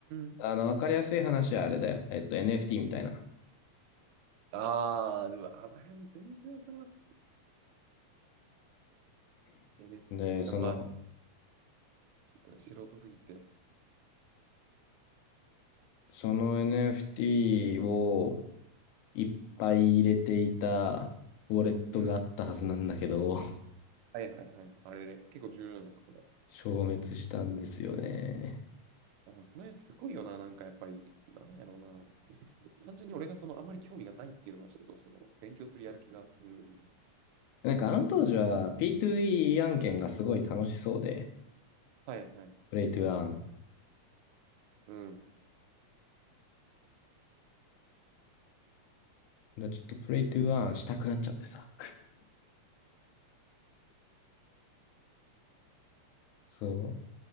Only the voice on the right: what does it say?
ん。
ああ、でも、あの辺全然わからん。えね。
まあ、ちょっとね、素人すぎて。
うん。
はいはいはい。あれで結構重要じゃなんですか、これ。
あ、それすごいよな、なんかやっぱり、なんやろうな。単純に俺がその、あんまり興味がないっていうのが、ちょっとその、勉強するやる気が。うん。
はいはい。
うん。